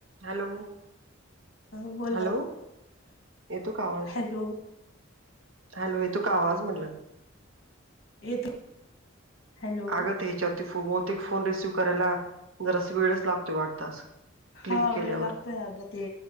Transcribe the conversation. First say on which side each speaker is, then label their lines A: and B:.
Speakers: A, on the right; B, on the left.
A: Hello
B: अ बोलला
A: hello येतो का आवाज?
B: हॅलो
A: हॅलो येतो का आवाज म्हटलं
B: येतो हॅलो
A: अग ते ह्याच्यावरती बहुतेक फोन रिसीव्ह करायला जरास वेळच लागतोय वाटत असं क्लिक
B: हा
A: केल्यावर
B: वेळ लागतोय अगं ते